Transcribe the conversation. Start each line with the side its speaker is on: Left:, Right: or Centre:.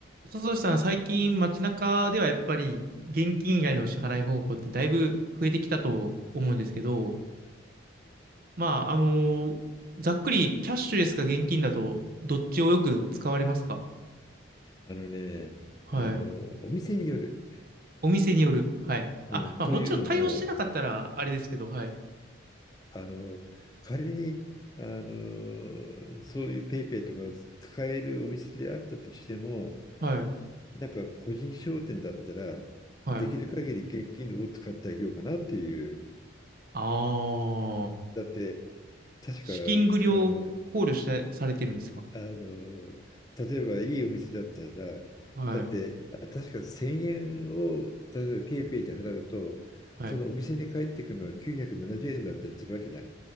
Right: 佐藤さん、最近街中ではやっぱり現金以外の支払い方法ってだいぶ増えてきたと思うんですけど、まあ、あのざっくりキャッシュレスか現金だとどっちをよく使われますか
Left: あのね、
Right: はい。
Left: あの、お店による。
Right: お店による。はい。
Left: うん、
Right: あ、まあもちろん対応してなかったらあれですけど、
Left: というのも、
Right: はい。
Left: あの、仮に、あの、そういうペイペイとか使えるお店であったとしても、
Right: はい。
Left: なんか個人商店だったら、
Right: はい。
Left: できる限り現金を使ってあげようかなっていう。
Right: ああ、
Left: だって、確か、
Right: 資金繰りを考慮して、
Left: あの、
Right: されてるんですか
Left: あの、例えばいいお店だったら、
Right: はい。
Left: だって、あ確か1000円を、例えばペイペイで払うと、
Right: はい。
Left: そのお店に帰ってくるのは970円だったりするわけじゃん。